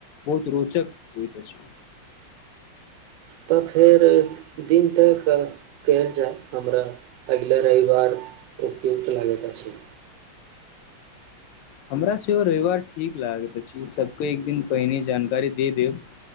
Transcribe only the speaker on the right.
तऽ फेर दिन तक कयल जाय हमरा अगिला रविवार उपयुक्त लागैत अछि